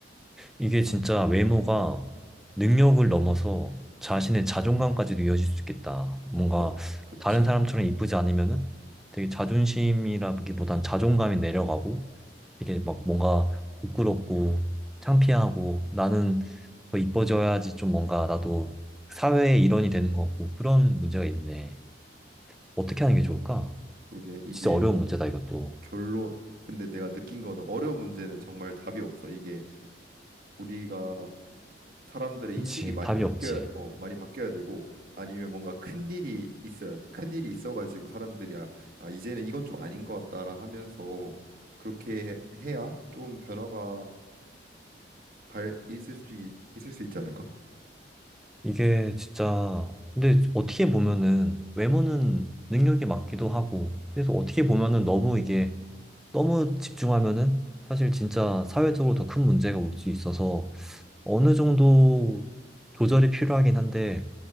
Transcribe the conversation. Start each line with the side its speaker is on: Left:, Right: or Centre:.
Centre: 이게 진짜 외모가 능력을 넘어서 자신의 자존감까지도 이어질 수 있겠다. 뭔가
Right: 막 그렇지.
Centre: 다른 사람처럼 이쁘지 않으면은 되게 자존심이라기보단 자존감이 내려가고 되게 막 뭔가 부끄럽고 창피하고 나는 더 이뻐져야지 좀 뭔가 나도 사회의 일원이 되는 것 같고 그런 문제가 있네. 어떻게 하는 게 좋을까?
Right: 그게 이게
Centre: 진짜 어려운 문제다, 이것도.
Right: 결론 근데 내가 느낀 거는 어려운 문제는 정말 답이 없어. 이게 우리가 사람들의
Centre: 그치,
Right: 인식이 많이
Centre: 답이
Right: 바뀌어야
Centre: 없지.
Right: 어, 많이 바뀌어야 되고 아니면 뭔가 큰 일이 있어야 돼. 큰 일이 있어가지고 사람들이 아, 아 이제는 이건 좀 아닌 것 같다라 하면서 그렇게 해야 좀 변화가 발 있을 수 있- 있을 수 있지 않을까?
Centre: 이게 진짜 근데 어떻게 보면은 외모는 능력에 맞기도 하고 그래서 어떻게 보면은 너무 이게 너무 집중하면은 사실 진짜 사회적으로 더 큰 문제가 올 수 있어서 어느 정도 조절이 필요하긴 한데